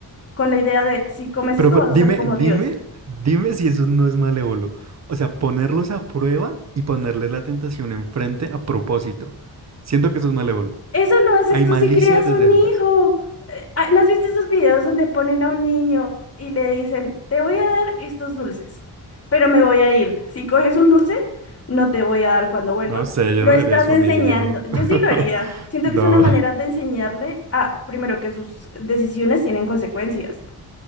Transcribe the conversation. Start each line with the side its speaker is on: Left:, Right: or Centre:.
Left: con la idea de, si comes
Right: Pero,
Left: esto
Right: pero
Left: vas
Right: dime,
Left: a ser como
Right: dime,
Left: Dios.
Right: dime si eso no es malévolo. O sea, ponerlos a prueba y ponerles la tentación enfrente a propósito. Siento que eso es malévolo.
Left: Eso lo haces
Right: Hay
Left: tú
Right: malicia
Left: si crías
Right: desde
Left: un
Right: antes.
Left: hijo. Eh, ah, ¿No has visto esos videos donde ponen a un niño y le dicen, te voy a dar estos dulces, pero me voy a ir? Si coges un dulce, no te voy a dar cuando vuelva.
Right: No sé, yo
Left: Lo
Right: no
Left: estás
Right: le haría eso
Left: enseñando.
Right: a mi hijo. <laughs>
Left: Yo sí lo haría. Siento
Right: No.
Left: que es una manera de enseñarle a, primero, que sus decisiones tienen consecuencias.